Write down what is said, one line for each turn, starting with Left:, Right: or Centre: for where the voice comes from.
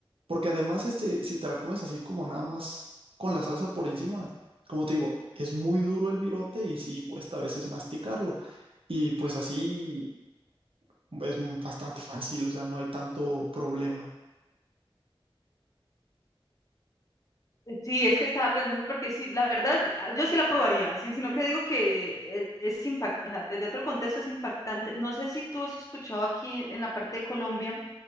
Right: porque además este, si te la comes así como nada más con la salsa por encima, como te digo, es muy duro el virote y sí cuesta a veces masticarlo, y pues así es bastante fácil, o sea, no hay tanto problema.
Left: Sí, es que estaba pensando porque sí, la verdad, ah, yo sí la probaría, sí, sino que digo que eh, es impactante, o sea, desde otro contexto es impactante. No sé si tú has escuchado aquí en la parte de Colombia,